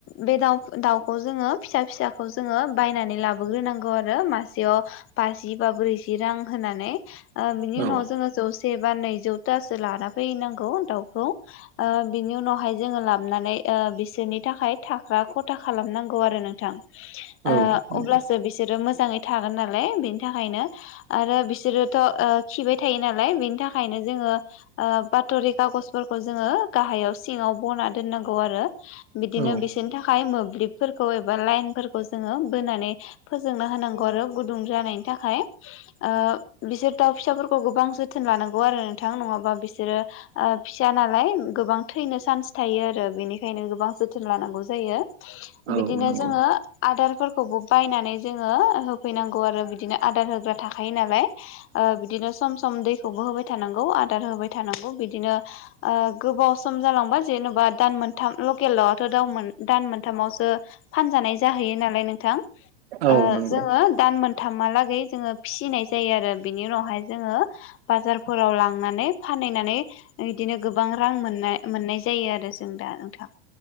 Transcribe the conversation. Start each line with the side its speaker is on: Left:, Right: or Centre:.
Left: बे दाउ दाउखौ जोङो फिसा फिसाखौ जोङो बायनानै लाबोग्रोनांगौ आरो मासे याव बाजि बा ब्रैजि रां होनानै ओ बिनि उनाव
Right: औ
Left: जोंङो जौसे से बा नैजौथासो लाना फैनांगौ दाउखौ ओ बिनि उनावहाय जोङो लाबोनानै ओ बिसोरनि थाखाय थाग्रा ख' था खालामनांगौ आरो नोंथां
Right: औ
Left: ओ
Right: नंगौ
Left: अब्लासो बिसोरो मो जाङै थागोन नालाय बेनि थाखायनो आरो बिस सोरोथ' ओ खिबाय थायो नालाय बिनि थाखायनो जोङो ओ बातरि खागजफोरखौ जोङो गाहायाव सिङाव बना दोननांगौ आरो बिदिनो
Right: औ
Left: बिसोरनि थाखाय मोब ब्लिबफोरखौ एबा लाइनफोरखौ जोङो बोनानै फोजोंना होनांगौ आरो गुदुं जानायनि थाखाय ओ बिसोर दाउ फिसाफोरखौ गोबां जोथोन लानांगौ आरो नोंथां नङाबा बिसोरो ओ फिसा नालाय गोबां थैनो चान्स थायो आरो बेनिखायनो गोबां जोथोन लानांगौ जायो
Right: औ
Left: बिदिनो
Right: नंगौ
Left: जोङो आदार फोरखौबो बायनानै जोङो होफैनांगौ आरो बिदिनो आदार होग्रा थाखायो नालाय ओ बिदिनो सम सम दैखौबो होबाय थानांगौ आदार होबाय थानांगौ बिदिनो ओ गो बाव सम जालांबा जेन'बा दान मोनथाम लकेल दावा आथ' दाउमोन दान मोनथामावसो फानजानाय जाहैयो नालाय नोंथां
Right: औ
Left: ओ
Right: नंगौ
Left: जोङो दान मोनथामहालागै जोङो फिसिनाय जायो आरो बिनि उनावहाय जोङो बाजारफोराव लांनानै फानहैनानै इदिनो गोबां रां मोननाय मोननाय जायो आरो जों दा नोंथां